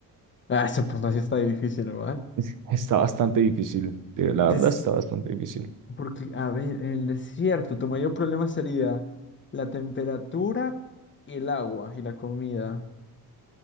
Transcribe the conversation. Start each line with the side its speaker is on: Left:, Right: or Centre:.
Left: Ah, esa pregunta sí está difícil, ¿verdad?
Right: <laughs> está bastante difícil. eh, La verdad,
Left: Des-
Right: está bastante difícil.
Left: Porque, a ver, en el desierto, tu mayor problema sería la temperatura y el agua y la comida.